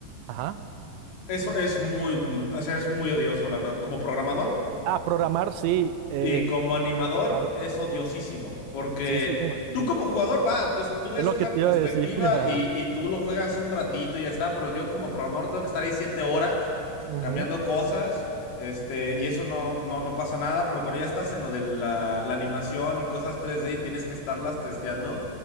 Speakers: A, on the right (about 85°); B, on the left (about 75°).
A: Ajá.
B: Eso es muy, mm, o sea, es muy odioso, la verdad. Como programador,
A: Ah, programar, sí. eh,
B: Y como animador
A: claro.
B: es odiosísimo, porque
A: Sí, sí, me imagino.
B: tú como jugador, va, tú, tú ves
A: Es lo
B: una
A: que te
B: perspectiva
A: iba a decir. <laughs>
B: y, y tú lo juegas un ratito y ya está, pero yo como programador tengo que estar ahí siete horas
A: Ujú.
B: cambiando cosas, este, y eso no, no, no pasa nada, pero cuando ya estás en lo de la, la animación y cosas tres d y tienes que estarlas testeando,